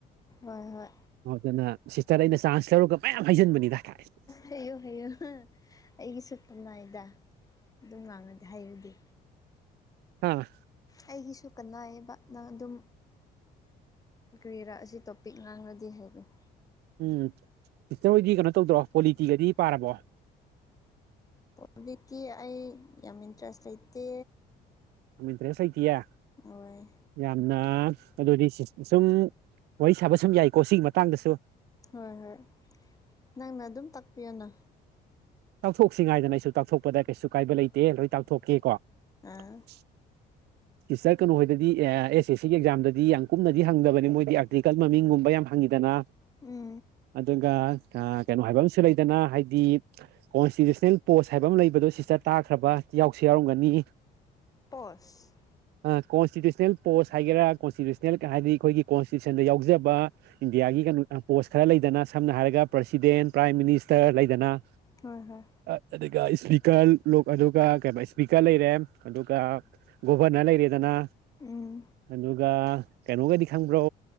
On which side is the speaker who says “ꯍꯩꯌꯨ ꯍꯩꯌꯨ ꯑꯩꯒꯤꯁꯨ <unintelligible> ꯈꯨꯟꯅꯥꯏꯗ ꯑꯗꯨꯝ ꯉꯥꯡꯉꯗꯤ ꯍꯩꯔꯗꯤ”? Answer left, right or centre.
Left